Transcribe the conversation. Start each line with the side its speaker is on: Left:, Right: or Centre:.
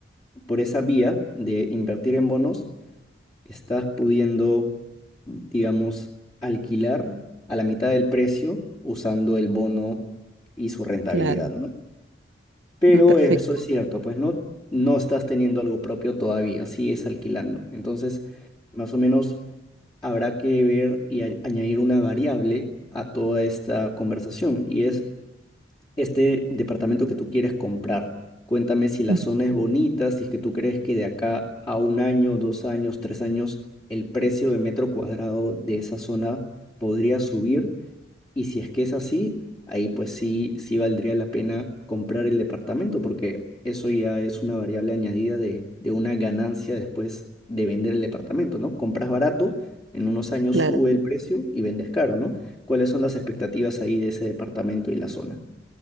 Left: por esa vía de invertir en bonos, estás pudiendo, digamos, alquilar a la mitad del precio usando el bono y su rentabilidad,
Right: claro.
Left: ¿no? Pero
Right: Ah, perfecto.
Left: eso es cierto, pues no, no estás teniendo algo propio todavía, sigues alquilando. Entonces, más o menos habrá que ver y a- añadir una variable a toda esta conversación y es este departamento que tú quieres comprar. Cuéntame si la
Right: Ujú,
Left: zona es bonita, si es que tú crees que de acá a un año, dos años, tres años, el precio de metro cuadrado de esa zona podría subir. Y si es que es así, ahí pues sí, sí valdría la pena comprar el departamento, porque eso ya es una variable añadida de, de una ganancia después de vender el departamento, ¿no? Compras barato, en unos años
Right: Claro.
Left: sube el precio y vendes caro, ¿no? ¿Cuáles son las expectativas ahí de ese departamento y la zona?